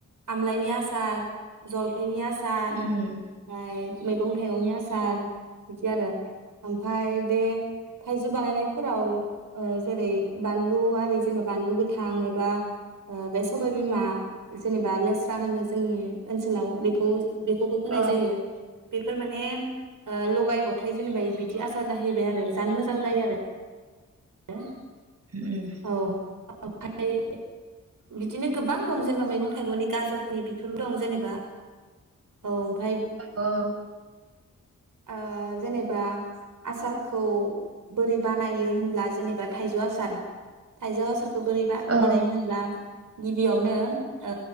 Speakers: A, on the right; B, on the right.
A: आमलाइनि आसार जल नि आसार
B: उम
A: ओमफाय मैगं थाइगंनि आसार बिदि आरो ओमफाय बे थाइजौ बानायनायफोराव ओ जेरै बानलु आरि जेनेबा बानलु गोथां एबा बे सबायबिमा जेनेबा लेस्रा होनो जोंनि ओनसोलाव बेखौ बेखौबो होनाय
B: औ
A: जायो बेफोर माने ओ लगाय गथाय जेनेबा बिदि बिदि आसार जाहैबाय आरो जानो मोजां जायो आरो <unintelligible>
B: उम
A: औ ओमफ्राय बिदिनो गोबां दं जेनेबा मैगं थाइगंनि गाजरफोरनि बेफोरबो दं जेनेबा औ ओमफाय
B: औ
A: ओ जेनेबा आसारखौ बोरै बानायो होनब्ला जेनेबा थाइजौ आसार थायजौ आसार बोरै बा
B: औ
A: बानायनो होनब्ला गिबियावनो ओ